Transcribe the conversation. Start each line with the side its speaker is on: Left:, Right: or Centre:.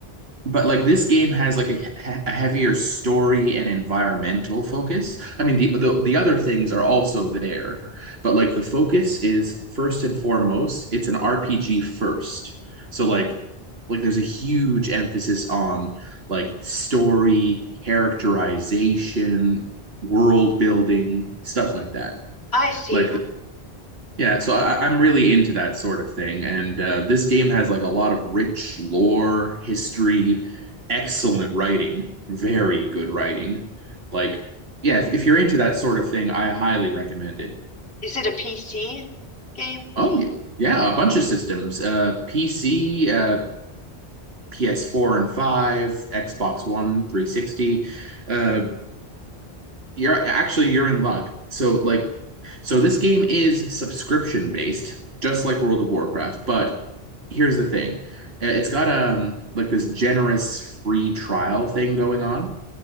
Right: But like this game has like a, he- a heavier story and environmental focus. I mean, the, the the other things are also there, but like the focus is first and foremost, it's an RPG first. So like like there's a huge emphasis on like story, characterization, world building, stuff like that.
Left: I see.
Right: Like yeah, so I, I'm really into that sort of thing, and uh, this game has like a lot of rich lore, history, excellent writing, very good writing. Like, yeah, if, if you're into that sort of thing, I highly recommend it.
Left: Is it a PC game?
Right: Oh yeah, yeah, a bunch of systems: uh, PC, uh, PS4 and 5, Xbox One, 360. Uh, You're actually you're in luck. So like so this game is subscription based, just like World of Warcraft, but here's the thing. Uh, It's got um like this generous free trial thing going on.